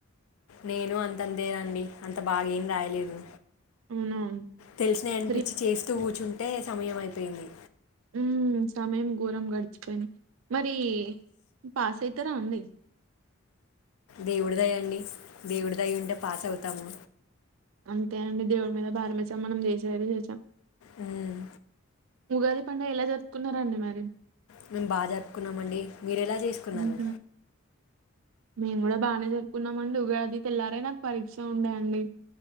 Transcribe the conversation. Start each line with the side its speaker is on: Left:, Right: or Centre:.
Left: నేను అంతంతేనండి అంత బాగెం రాయలేదు
Right: అవునా
Left: తెలిసినయ్ అనిపించి
Right: బ్రి
Left: చేస్తూ కూచ్ కూర్చుంటే సమయం అయిపోయింది
Right: ఉమ్ సమయం ఘోరం గడిచిపోయింది మరి పాస్ అయిత్ అయితర అండి
Left: దేవుడిదయండి దేవుడి దయ ఉంటే పాస్ అవుతాము
Right: అంతే అండి దేవుడి మీద భారం వేసాం మనం చేసేది చేసాం
Left: మ్మ్
Right: ఉగాది పండగ ఎలా జరుపుకున్నారండి మరి
Left: మేము బా జరుపుకున్నామండి మీరెలా చేసుకున్నారు
Right: మ్మ్ మేము కూడా బానే జరుపుకున్నామండి ఉగాది తెల్లారే నాకు పరీక్ష ఉండేయండి